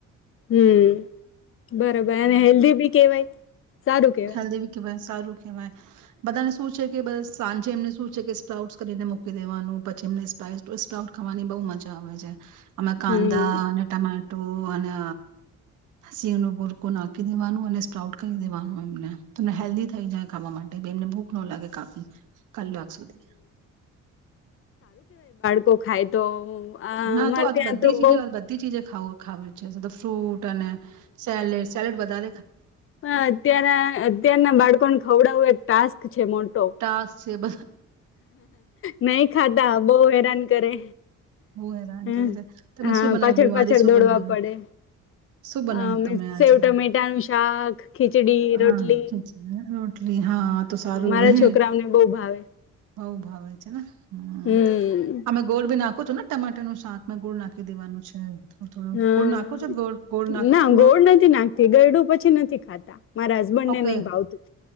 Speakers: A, on the left (about 45°); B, on the right (about 80°).
A: હમ્મ. બરોબર અને હેલ્ધી બી કેવાય. સારું કેવાય.
B: હેલ્ધી કેવાય સારું કહેવાય બધાને શું છે કે બસ સાંજે એમને શું છે કે સ્પ્રાઉટસ કરીને મૂકી દેવાનું પછી એમનેપ સ્પ્રાઉટ ખાવાની બહુ મજા આવે છે. આમે કાંદા
A: હમ
B: અને ટમા નો અને સિંહ નો પુરકો નાખી દેવાનું અને સ્પ્રાઉટ કરી દેવાનું મને તને હેલ્ધી થઈ જાય ખાવા માટે એમને ભૂખ ન લાગે કાફી કલાક સુધી.
A: કો ખાય તો આ
B: ખાના
A: અમારે
B: તો આજ
A: ત્યાં
B: બધી
A: બહ
B: ચીજ બધી ચીજ ખાવ ખાવે છે સાથે તો ફ્રૂટ ટ અને સેડ સેલડ વધા
A: હા અત્યાર અત્યાર ના બાળકોને ખવડાવુંય ટાસ્ક છે મોટો
B: ટાસ્ક છે બ
A: નહી ખાતા બહ હેરાન કરે.
B: બહ હેરાન
A: હમ,
B: કરી છેે તમે
A: હા
B: શું બનાવ્યું
A: પાછળ પાછળ
B: આજે શું
A: દોડવા
B: બનાવ્યું
A: પડે
B: શું બનાવ્યું
A: અ
B: તમે આજે
A: સેવ ટમેટાનું શાક ખીચડી
B: હા
A: રોટલી
B: <unintelligible> હા તો સારું
A: મારા
B: હે
A: છોકરાઓને બહુ ભાવે
B: બઉ ભાવે છે ને હ
A: હમ
B: અમે ગોળ બી નાખ તો છું ને ટમાટરનું શાક મેં ગોળ નાખી દેવાનું છે. થોડું થોડું
A: હા
B: ગોળ નાખો છો ગોળ ગોળ નાખો
A: ના
B: છો
A: ગોળ નથી નાખતી ગરડું પછી નથી ખાતા મારા હસબન્ડ
B: ઓકે
A: ને નહ ભાવતું